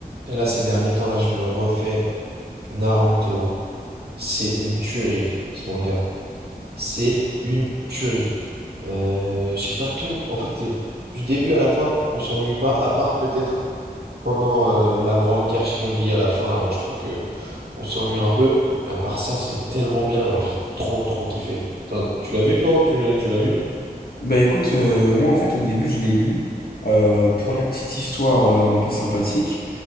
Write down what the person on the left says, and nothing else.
Bah écoute, euh, moi en fait au début je l'ai lu euh, pour la petite histoire euh, un peu sympathique.